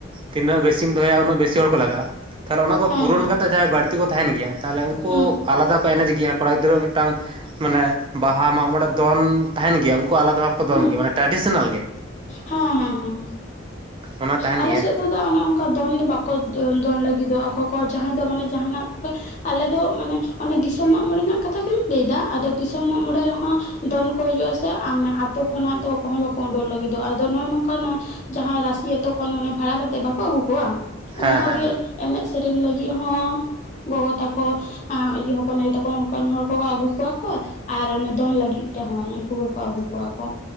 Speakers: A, on the right; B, on the left.
A: ᱛᱤᱱᱟᱹᱜ ᱵᱮᱥᱤᱢ ᱫᱚᱦᱚᱭᱟ ᱩᱱᱟᱹᱜ ᱵᱮᱥᱤ ᱦᱚᱲ ᱠᱚ ᱞᱟᱜᱟᱜᱼᱟ ᱛᱟᱦᱚᱞᱮ ᱚᱱᱟ ᱠᱚ
B: ᱦᱮᱸ
A: ᱯᱩᱨᱚᱱ
B: ᱦᱮᱸ
A: ᱠᱟᱛᱮ ᱡᱟᱦᱟᱸᱭ ᱵᱟᱹᱲᱛᱤ ᱠᱚ ᱛᱟᱦᱮᱱ ᱜᱮᱭᱟ ᱛᱟᱦᱚᱞᱮ ᱩᱱᱠᱩ
B: ᱦᱮᱸ
A: ᱟᱞᱟᱫᱟ ᱠᱚ ᱮᱱᱮᱡ ᱜᱮᱭᱟ ᱠᱚᱲᱟ ᱜᱤᱫᱽᱨᱟᱹᱣᱟᱜ ᱢᱤᱫᱴᱟᱝ ᱢᱟᱱᱮ ᱵᱟᱦᱟ ᱢᱟᱜ ᱢᱚᱬᱮ ᱫᱚᱱ ᱛᱟᱦᱮᱱ ᱜᱮᱭᱟ ᱠᱚ ᱟᱞᱟᱫᱟ ᱵᱷᱟ ᱠᱚ ᱫᱚᱱ
B: ᱦᱮᱸ
A: ᱜᱮᱭᱟ ᱢᱮ ᱴᱨᱟᱰᱤᱥᱚᱱᱟᱞ ᱜᱮ
B: ᱦᱮᱸ ᱦᱮᱸ ᱦᱮᱸ
A: ᱚᱱᱟ ᱛᱟᱦᱮᱱ
B: ᱟᱞᱮ
A: ᱜᱮᱭᱟ
B: ᱥᱮᱫ ᱫᱚ ᱫᱟ ᱚᱱᱮ ᱚᱱᱠᱟ ᱫᱚᱱ ᱫᱚ ᱵᱟᱠᱚ ᱠᱚ ᱫᱚᱱ ᱞᱟᱹᱜᱤᱫᱚᱜ ᱟᱠᱚ ᱠᱚ ᱡᱟᱦᱟᱸᱭ ᱫᱚ ᱢᱟᱱᱮ ᱡᱟᱦᱟᱱᱟᱜ ᱟᱞᱮ ᱫᱚ ᱢᱟᱱᱮ ᱚᱱᱮ ᱫᱤᱥᱚᱢ ᱢᱟᱜ ᱢᱚᱬᱮ ᱨᱮᱱᱟᱜ ᱠᱟᱛᱷᱟ ᱜᱤᱧ ᱞᱟᱹᱭᱫᱟ ᱟᱫᱚ ᱫᱤᱥᱚᱢ ᱢᱟᱜ ᱢᱚᱬᱮ ᱨᱮᱦᱚᱸ ᱫᱚᱱ ᱠᱚ ᱦᱤᱡᱩᱜᱼᱟ ᱥᱮ ᱟᱨᱢᱮ ᱟᱛᱳ ᱠᱷᱚᱱᱟᱜ ᱫᱚ ᱚᱠᱚ ᱦᱚᱸ ᱵᱟᱠᱚ ᱩᱰᱳᱠ ᱞᱟᱹᱜᱤᱫ ᱟᱫᱚ ᱟᱫᱚ ᱱᱚᱜᱚᱭ ᱱᱚᱝᱠᱟᱱᱟᱜ ᱡᱟᱦᱟᱸᱭ ᱨᱟ. ᱥᱤ ᱟᱛᱳ ᱠᱷᱚᱱ ᱚᱱᱮ ᱵᱷᱟᱲᱟ ᱠᱟᱛᱮ ᱵᱟᱠᱚ ᱟᱹᱜᱩ ᱠᱚᱣᱟ ᱚᱱᱠᱟ
A: ᱦᱮᱸ ᱦᱮᱸ
B: ᱜᱮ ᱮᱱᱮᱡ ᱥᱮᱨᱮᱧ ᱞᱟᱹᱜᱤᱫ ᱦᱚᱸ ᱜᱚᱜᱚ ᱛᱟᱠᱚ ᱦᱚᱯᱚᱱ ᱟᱹᱭᱳ ᱛᱟᱠᱚ ᱚᱱᱠᱟᱱ ᱦᱚᱲ ᱠᱚᱠᱚ ᱟᱹᱜᱩ ᱠᱚᱣᱟ ᱠᱚ ᱟᱨ ᱚᱱᱮ ᱫᱚᱱ ᱞᱟᱹᱜᱤᱫ ᱛᱮᱦᱚᱸ ᱩᱱᱠᱩ ᱜᱮᱠᱚ ᱟᱹᱜᱩ ᱠᱚᱣᱟ ᱠᱚ